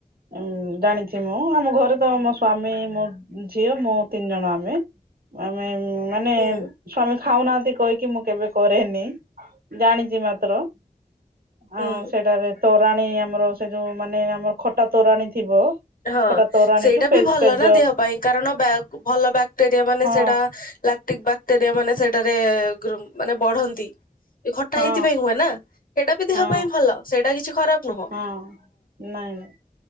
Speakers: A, on the right; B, on the left.
A: ଉଁ, ଜାଣିଛି ମୁଁ। ଆମ ଘରେ ତ ମୋ ସ୍ଵାମୀ ମୋ ମୋ ଝିଅ ମୁଁ ତିନି ଜଣ ଆମେ। ଆମେ ମାନେ
B: ହଁ।
A: ସ୍ୱାମୀ ଖାଉନାହାନ୍ତି କହିକି, ମୁଁ କେବେ କରେନି। ଜାଣିଛି ମାତ୍ର।
B: ହୁଁ।
A: ଅଁ ସେଟାରେ ତୋରାଣୀ ଆମର ସେ ଯୋଉ ମାନେ ଆମର ଖଟା ତୋରାଣୀ ଥିବ।
B: ହଁ,
A: ଖଟା ତୋରାଣୀ
B: ସେଇଟା
A: କି ପେ
B: ବି ଭଲ
A: ପେଜ
B: ନା ଦେହ ପାଇଁ କାରଣ ଭଲ ବ୍ୟାକ୍ଟେରିଆ ମାନେ
A: ହଁ
B: ସେଟା ଲାକ୍ଟିକ୍ ବା ବ୍ୟାକ୍ଟେରିଆ ମାନେ ସେଇଟାରେ ମାନେ ବଢନ୍ତି। ଖଟା
A: ହଁ
B: ହେଇଥିପାଇଁ ହୁଏ ନା। ସେଇଟା ବି ଦେହ
A: ହଁ
B: ପାଇଁ ଭଲ। ସେଇଟା କିଛି ଖରାପ ନୁହଁ।
A: ହଁ, ନାଇଁ ନାଇଁ।